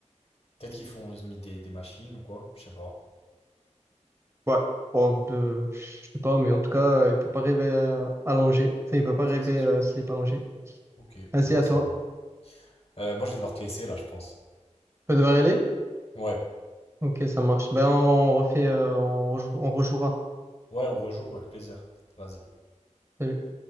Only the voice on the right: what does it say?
Ouais. Bon, euh, je sais pas, mais en tout cas, euh, il peut pas rêver euh, allongé. Enfin, il peut pas rêver
euh, s'il est pas allongé.
Vas-y,
à toi.
Tu
peux devoir y aller?
Ok, ça marche. Ben, on refait, euh, on rejou- on rejouera.
Salut.